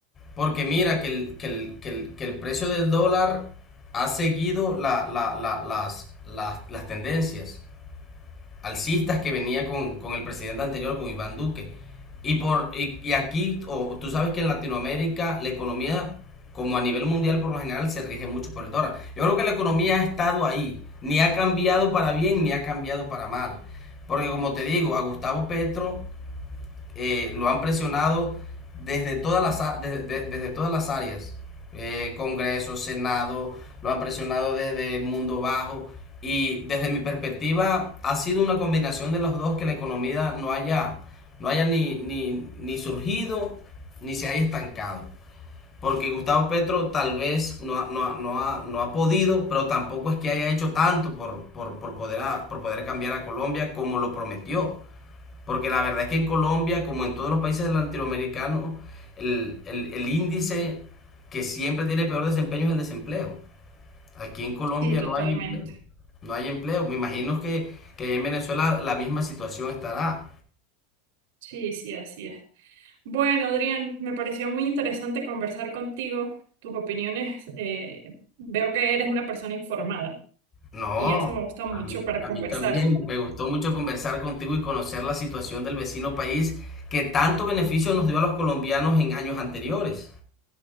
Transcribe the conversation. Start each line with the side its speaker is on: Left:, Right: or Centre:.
Left: porque mira que el, que el, que el, que el precio del dólar ha seguido la- la- la- las, las, las tendencias. alcistas que venía con, con el presidente anterior, con Iván Duque. Y, por, y, y aquí, o, tú sabes que en Latinoamérica la economía, como a nivel mundial por lo general, se rige mucho por el dólar. Yo creo que la economía ha estado ahí, ni ha cambiado para bien, ni ha cambiado para mal. Porque como te digo, a Gustavo Petro eh, lo han presionado desde todas las, desde, de- desde todas las áreas, eh, Congreso, Senado, lo han presionado desde el mundo bajo y desde mi perspectiva ha sido una combinación de los dos que la economía no haya, no haya ni, ni, ni surgido ni se haya estancado. Porque Gustavo Petro tal vez no no, no ha, no ha podido, pero tampoco es que haya hecho tanto por, por, por poder, a- por poder cambiar a Colombia como lo prometió. Porque la verdad es que en Colombia, como en todos los países latinoamericanos, el, el, el índice que siempre tiene peor desempeño es el desempleo. Aquí en Colombia
Right: Sí, totalmente.
Left: no hay empleo. No hay empleo. Me imagino que, que en Venezuela la misma situación estará.
Right: Sí, sí, así es. Bueno, Adrián, me pareció muy interesante conversar contigo. Tus opiniones, eh, veo que eres una persona informada
Left: No,
Right: y eso me gusta mucho
Left: a mí,
Right: para
Left: a
Right: conversar.
Left: mí también me gustó mucho conversar contigo y conocer la situación del vecino país que tanto beneficio nos dio a los colombianos en años anteriores.